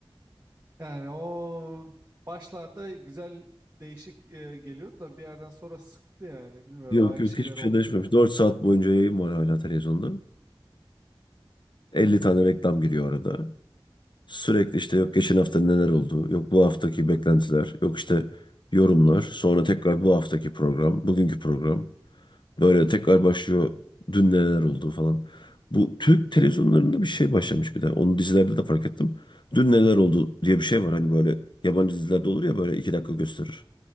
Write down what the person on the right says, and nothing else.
yani o başlarda güzel değişik e, geliyordu da bir yerden sonra sıktı yani. Bilmiyorum
aynı
şeyler
olunca.